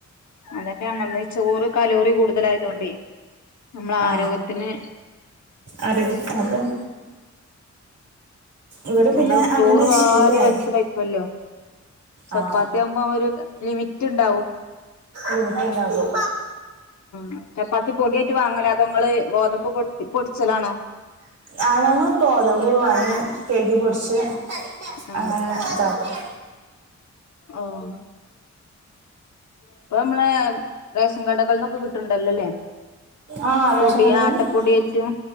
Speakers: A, on the left (about 75°); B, on the right (about 55°).
A: അതെന്നെഞപറ്ഞ് ചോറ് കലോറി കൂടുതലായതോണ്ടെ നമ്മളാരോഗ്യത്തിന്
B: ആ ആരോഗ്യ അപ്പം ഇവിടെ
A: നമ്മൾ
B: പിന്നെ അങ്ങനെ
A: ചോറ് വാരി
B: ശീലായി
A: വലിച്ച് കഴിക്കല്ലോ ചപ്പാത്തിയാവുമ്പൊര്
B: ആ
A: ലിമിറ്റ്ണ്ടാവും.
B: ലിമിറ്റ്ണ്ടാകും.
A: ഉം ചപ്പാത്തി പൊടിയായിട്ട് വാങ്ങലാ അതോങ്ങള് ഗോതമ്പ് പൊ പൊടിച്ചലാണോ?
B: ആഹ് ഞങ്ങൾ കോതമ്പ് വാങ്ങി കെഴ്കി പൊടിച്ച്
A: ആഹ്
B: അങ്ങനെ താക്കും.
A: ഓഹ് ഇപ്പ നമ്മളെ റേഷൻ കടകളന്നൊക്കെ കിട്ടുണ്ടല്ലോല്ലേ?
B: ആഹ് റേഷൻ
A: പൊടി
B: കടേന്ന്
A: ആട്ടപ്പൊടിയേറ്റും
B: കിട്ടും.